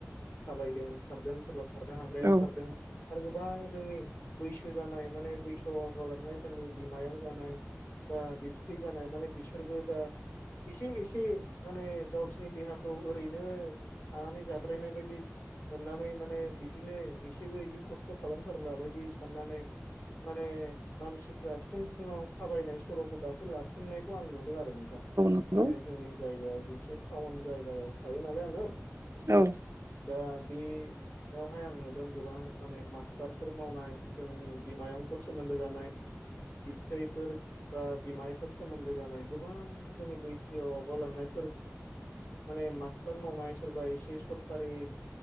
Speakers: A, on the left; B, on the right.
A: थाबायदों खारदों सोरबा खारनो हाग्राया
B: औ
A: खारदों आरो गोबां जोंनि बैसो जानाय माने बैसोआव आवगालांनाय जोंनि बिमायं जानाय बा बिबथै जानाय माने बिसोरबो दा एसे-एसे माने गावसिनि देहाखौ ओरैनो थानानै जाद्रायनाय बायदि मोननानै माने बिदिनो एसेबो बिदि खस्थ' खालामथारला बायदि साननानै माने मानसिफ्रा फुं फुङाव थाबायनाय सर'खौ दासो लाफिननायखौ आं नु दों आरो नोंथां
B: नंगौ
A: माने
B: औ
A: जोंनि जायगायाव मोनसे टाउन जायगायाव थायो नालाय आङो
B: औ नंगौ औ
A: दा बे यावहाय आं नुदों गोबां माने मास्टारफोर मावनाय, जोंनि बिमायंफोर सोमोन्दो जानाय बिबथैफोर बा बिमायफोर सोमोन्दो जानाय गोबां जोंनि बैसोआव आगालांनायफोर माने मास्टार मावनाय सोरबा एसे सरखारि